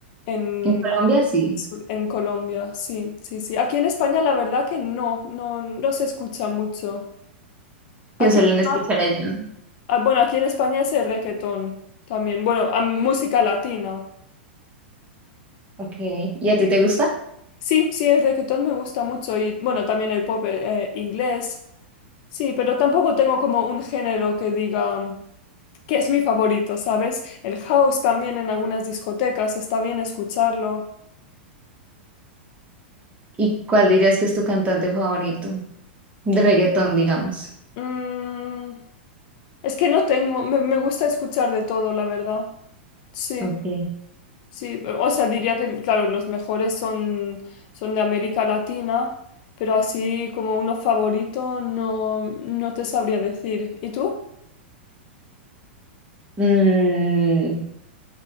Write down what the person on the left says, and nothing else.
en,
América
del Sur, en Colombia. Sí, sí, sí. Aquí en España la verdad que no, no, no se escucha mucho. Aquí,
ah,
ah, bueno, aquí en España es el reggaetón también. Bueno, ah, música latina.
Sí, sí, el reggaetón me gusta mucho y bueno, también el pop eh, inglés. Sí, pero tampoco tengo como un género que diga que es mi favorito, ¿sabes? El house también en algunas discotecas está bien escucharlo.
Mm, es que no tengo, me, me gusta escuchar de todo, la verdad. Sí,
sí, o sea, diría que, claro, los mejores son, son de América Latina, pero así como uno favorito no, no te sabría decir. ¿Y tú?